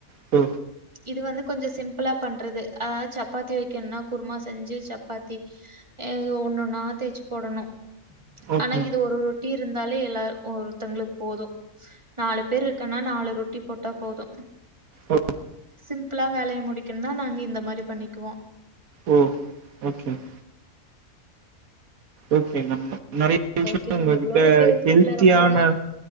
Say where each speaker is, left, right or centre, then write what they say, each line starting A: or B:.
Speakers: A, on the right; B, on the right.
A: டொ
B: இது வந்து கொஞ்சொ சிம்ப்பிளா பண்றது. ஆ ஆ சப்பாத்தி வைக்கன்னா குருமா செஞ்சு சப்பாத்தி ஏ ஒன்னொன்னா தேய்ச் போடணு
A: ஓகே
B: ஆனா இது ஒருர் ட்டி இருந்தாலே எல்லா ஒருத்தங்ளுக் போது. நாலு பேருக்கன்னா நாலு ரொட்டி பொட்டா போது.
A: ஓ
B: சிம்ப்ளா வேலைய முடிக்குன்னா நாங்க இந்த மாரி பண்ணிக்குவோ.
A: ஓ ஓகேங் ஓகே நம்ம நெறைய விஷ்யோ
B: ஓகே.
A: உங்ககிட்டா
B: உங்களோட பேசுனதுல
A: ஹெல்த்தியான
B: ரொம்ப